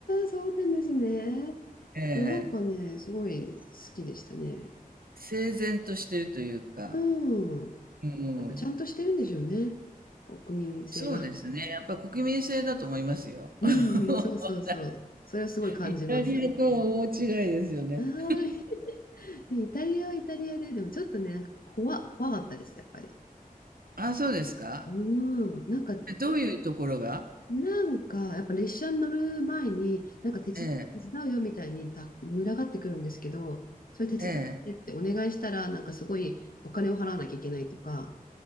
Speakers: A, on the left (about 70°); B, on the right (about 75°).
A: そうなんですね。
B: ええ。
A: そう、なんかね、すごい好きでしたね。
B: 整然としてるというか、
A: うん。
B: うん。
A: やっぱちゃんとしてるんでしょうね。国民性が。
B: そうですね。やっぱ国民性だと思いますよ。
A: うんうん、
B: <laughs>
A: そうそうそう。それはすごい感じます。
B: イタリアとは大違いですよね。
A: はーい。<laughs> で、イタリアはイタリアで、でもちょっとね、なんか怖、怖かったです、やっぱり。
B: あ、そうですか。
A: うん、なんか、
B: え、どういうところが？
A: なんか、やっぱ列車に乗る前に、なんか手伝う、
B: ええ、
A: 手伝うよみたいにた、群がってくるんですけど、それ手伝ってってお願いしたら、
B: ええ、
A: なんかすごいお金を払わなきゃいけないとか、